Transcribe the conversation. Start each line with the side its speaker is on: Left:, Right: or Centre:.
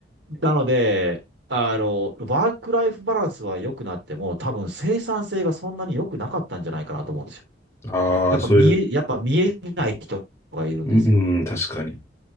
Right: なので、あの、ワークライフバランスは良くなっても、多分生産性がそんなに良くなかったんじゃないかなと思うんですよ。
Left: ああ、
Right: やっぱ見え、
Left: そういう、
Right: やっぱ見えない人がいるんですよ。
Left: うん、うん確かに。